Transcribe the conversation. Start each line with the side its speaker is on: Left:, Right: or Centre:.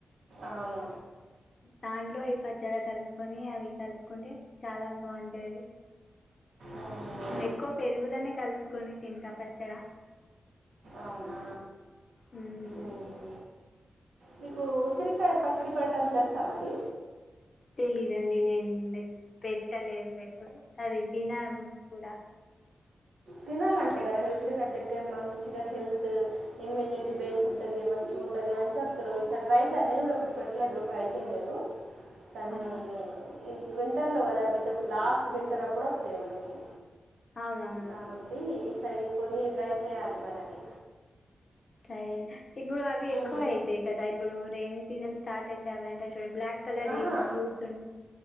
Right: అవును
Left: దాంట్లో ఈ పచ్చడి కలుపుకొని అవి కలుపుకుంటే చాలా బాగుంటాది
Right: ఉమ్,
Left: ఎక్కువ పెరుగులనే కలుపుకొని తింటా పచ్చడా
Right: అవునా
Left: మ్మ్
Right: ఉహు. మీకు ఉసిరికాయ పచ్చడి పెడం తెలుసా మరి
Left: తెలీదండి నేను పెట్టలేదు ఎప్పుడు అది తినను కూడా
Right: తినాలంటే కదా అండి ఉసిరికాయ తిట్టే మంచిగా హెల్త్ ఇమ్యూనిటీ బేస్ ఉంటుంది మంచిగా ఉంటుంది అని చెప్తారు ఈసారి ట్రై చేయాలి నేను కూడా ఎప్పుడు పెట్టలేదు ట్రై చేయలేదు కానీ
Left: ఆ,
Right: ఈ వింటర్లో కదా అవి లాస్ట్ వింటర్ అప్పుడు వస్తాయి మనకి
Left: అవునవును
Right: కాబట్టి సరే కొన్ని ట్రై చేయాలి మరి అది
Left: సరే ఇప్పుడు అవి ఎక్కువ
Right: ఉమ్.
Left: అయితాయి కదా ఇప్పుడు రైనీ సీజన్ స్టార్ట్ అయితే అవంటే చూడ బ్లాక్ కలర్
Right: ఆహా.
Left: ఫ్రూట్స్ ఉ